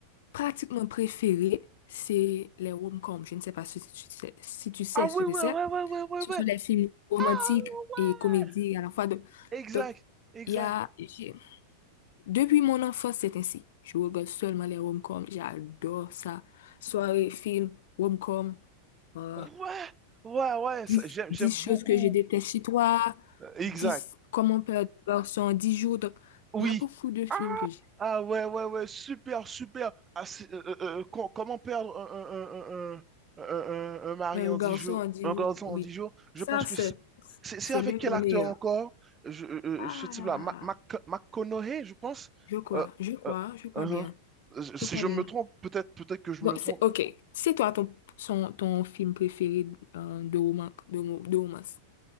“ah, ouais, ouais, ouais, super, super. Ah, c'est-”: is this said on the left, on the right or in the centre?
Right